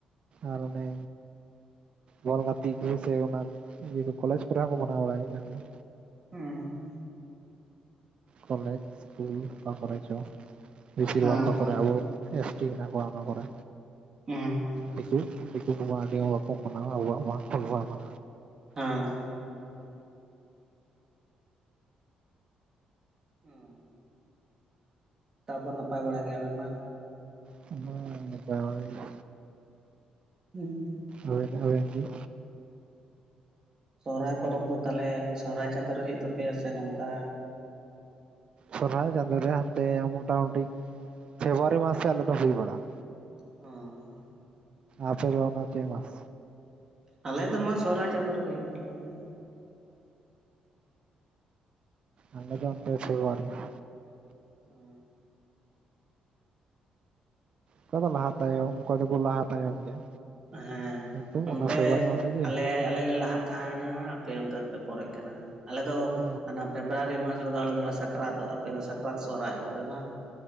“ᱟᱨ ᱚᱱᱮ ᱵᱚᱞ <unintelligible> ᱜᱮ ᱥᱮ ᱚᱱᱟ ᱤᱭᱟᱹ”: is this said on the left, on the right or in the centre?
Right